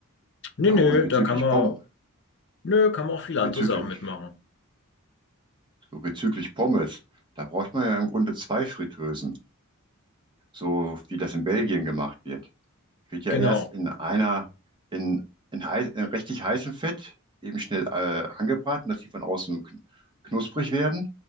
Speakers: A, on the left; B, on the right.
A: Nö,
B: Äh,
A: nö,
B: und bezüglich
A: da kann man,
B: Pommes,
A: nö, kann man auch viele
B: bezüglich,
A: andere Sachen mitmachen.
B: So bezüglich Pommes, da braucht man ja im Grunde zwei Fritteusen, so wie das in Belgien gemacht wird. Wird ja
A: Genau.
B: erst in einer, in, in, heiß, in richtig heißem Fett eben schnell äh, angebraten, dass die von außen kn- knusprig werden